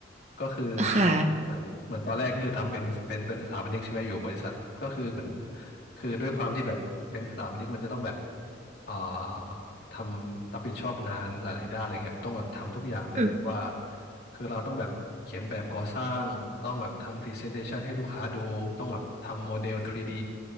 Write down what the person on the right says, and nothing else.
ค่ะ
อืม